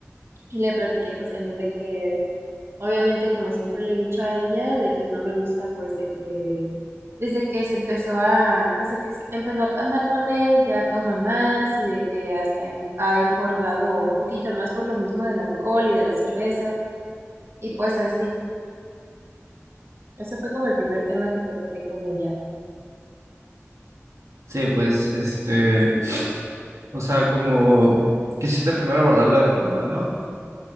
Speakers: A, on the right; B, on the right.
A: Y le platiqué pues también de que Obviamente, como siempre le he dicho a ella, de que no me gusta, pues de que desde que se empezó a, pues de que se- empezó a andar con él, ya toma más y de que hasta en- ha engordado un poquito más por lo mismo del alcohol y de la cerveza. Y pues así, eso fue como el primer tema que platiqué con ella.
B: Sí, pues, este, o sea, como quisiste primero abordar lo de tu mamá, ¿no?